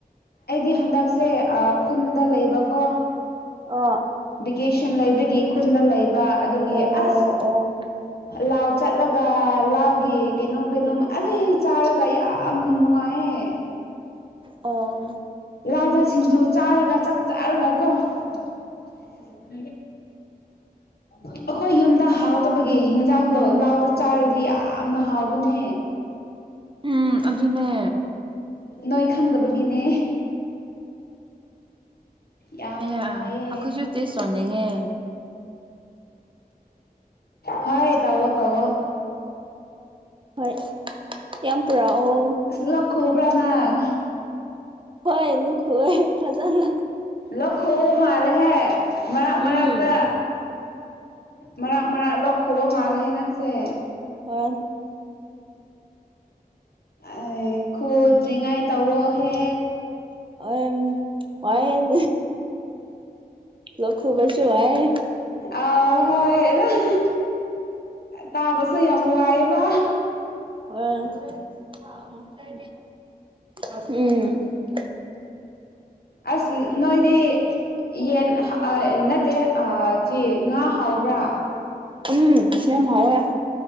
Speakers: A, on the left; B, on the right.
A: ꯑꯩꯗꯤ ꯍꯟꯗꯛꯁꯦ ꯑ ꯈꯨꯟꯗ ꯂꯩꯕꯀꯣ
B: ꯑꯣ
A: ꯕꯤꯀꯦꯁꯟ ꯂꯩꯕꯒꯤ ꯈꯨꯟꯗ ꯂꯩꯕ ꯑꯗꯨꯒꯤ
B: ꯑꯣ
A: ꯑꯁ
B: ꯑꯣ
A: ꯂꯥꯎ ꯆꯠꯂꯒ ꯂꯥꯎꯒꯤ ꯀꯩꯅꯣꯝ ꯀꯩꯅꯣꯝ ꯑꯗꯩ ꯆꯥꯔꯒ ꯌꯥꯝꯅ ꯅꯨꯡꯉꯥꯏꯌꯦ
B: ꯑꯣ
A: ꯂꯥꯎꯗ ꯁꯤꯡꯖꯨ ꯆꯥꯔꯒ ꯆꯥꯛ ꯆꯥꯔꯒ ꯀꯣ <unintelligible> ꯑꯩꯈꯣꯏ ꯌꯨꯝꯗ ꯍꯥꯎꯗꯕꯒꯤ ꯍꯤꯟꯖꯥꯡꯗꯣ ꯂꯥꯎꯗ ꯆꯥꯔꯗꯤ ꯌꯥꯝꯅ ꯍꯥꯎꯕꯅꯦ
B: ꯎꯝ ꯑꯗꯨꯅꯦ
A: ꯅꯣꯏ ꯈꯪꯗꯕꯒꯤꯅꯦ ꯌꯥꯝꯅ
B: ꯑꯩꯌꯥ
A: ꯅꯨꯡꯉꯥꯏꯌꯦ
B: ꯑꯩꯈꯣꯏꯁꯨ ꯇꯦꯁ ꯆꯣꯟꯅꯤꯡꯉꯦ
A: ꯍꯣꯏ ꯇꯧꯋꯣ ꯇꯧꯋꯣ
B: ꯍꯣꯏ ꯌꯥꯝ ꯄꯨꯔꯛꯑꯣ
A: ꯂ‌ꯣꯛ ꯈꯨꯕ꯭ꯔꯥ ꯅꯪ
B: ꯍꯣꯏ ꯂ‌ꯣꯛ ꯈꯨꯏꯌ‌ꯦ ꯐꯖꯅ
A: ꯂ‌ꯣꯛ ꯈꯨꯨꯕ ꯃꯥꯂꯦꯍꯦ ꯃꯔꯛ ꯃꯔꯥꯛꯇ
B: ꯎꯝ
A: ꯃꯔꯛ ꯃꯔꯛ ꯂꯣꯛ ꯈꯨꯕ ꯃꯥꯂꯦꯍꯦ ꯅꯪꯁꯦ
B: ꯍ
A: ꯑꯦ ꯈꯨꯗꯔ꯭ꯤꯉꯩ ꯇꯋ‌ꯣ ꯍꯦ
B: ꯑꯣ ꯍ ꯂꯣꯛ ꯈꯨꯕꯁꯨ ꯋꯥꯏꯌꯦ
A: ꯑ ꯍ‌ꯣꯏ ꯇꯥꯕꯁꯨ ꯌꯥꯝ ꯋꯥꯏꯑꯦꯕ
B: ꯑ ꯎꯝ
A: ꯑꯁ ꯅꯣꯏꯗꯤ ꯌꯦꯟ ꯅꯠꯇꯦ ꯁꯤ ꯉꯥ ꯍꯥꯎꯕ꯭ꯔꯥ
B: ꯎꯝ ꯌꯥꯝ ꯍꯥꯎꯋꯦ